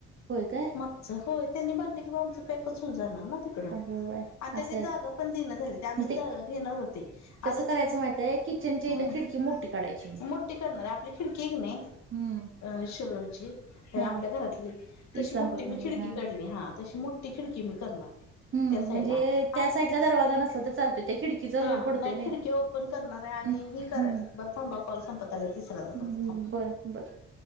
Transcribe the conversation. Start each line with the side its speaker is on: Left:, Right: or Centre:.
Right: होय काय?
Left: मगच होय त्यांनी बांधल की, म आमचं पॅकच होऊन जाणार ना, तिकड आणि
Right: अगं बाय
Left: त्यात
Right: असं आहे
Left: जागा पण दिणापण झाली ती आम्हीच
Right: मग ते
Left: जागा घेणार होते. आता
Right: कसं करायचं
Left: ते
Right: माहितय किचनच्या
Left: हम्
Right: इथं खिडकी मोठी काढायची
Left: मोठे करणार आहे, आपल्या खिडकी आहे क नाही,
Right: हम्म
Left: अऽ शिरोळची,
Right: हा
Left: आपल्या घरातली तशी
Right: इस्लामपूर
Left: मोठी मी
Right: मधली
Left: खिडकी
Right: हा
Left: काढली, हा तशी मोठी खिडकी मी करणार आहे.
Right: हम्म
Left: त्या साईडला,
Right: म्हणजे
Left: आणि
Right: त्या साईडला दरवाजा नसला तर चालतोय त्या खिडकीचा
Left: हा
Right: उजेड पडतोय
Left: नाही खिडकीे ओपऽ पण करणार आहे, आणि
Right: हम्म
Left: ही करायचं, बर थांबा कॉल संपत आलं, तिसऱ्यांदा करतो
Right: हम्म.
Left: थांबा.
Right: बरं बरं.